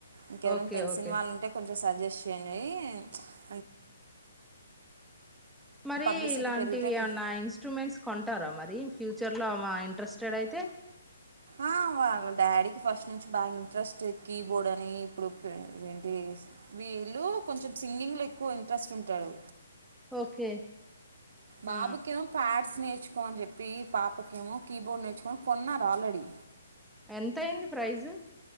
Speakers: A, on the right; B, in the centre.
A: ఇంకెవరైన
B: ఓకే
A: తెలిసిన
B: ఓకే
A: వాళ్ళు ఉంటే కొం సజెస్ట్ చేయండి అం
B: మరి
A: పబ్లిసిటీ
B: ఇలాంటివి
A: పెరిగితే కొంచెం
B: ఏమన్నా ఇన్స్ట్రుమెంట్స్ కొంటార మ <unintelligible> ఫ్యూచర్ లో ఇంట్రెస్టెడ్ అయితే
A: ఆ వాళ్ళ డాడీకి ఫస్ట్ నుంచి బాగ ఇంట్రెస్ట్ కీబోర్డ్ అని ఇప్పుడు ఏంటి వీళ్ళు కొంచెం సింగింగ్ లో ఎక్కువ ఇంట్రెస్ట్ ఉంటాడు
B: ఓకే
A: బాబు
B: ఆ
A: కేమో ప్యాడ్స్ నే నేర్చకో మని చెప్పి పాపకేమో కీబోర్డ్ నేర్చుకొ అని కొన్నారు ఆల్రెడీ
B: ఎంత అయింది ప్రైజ్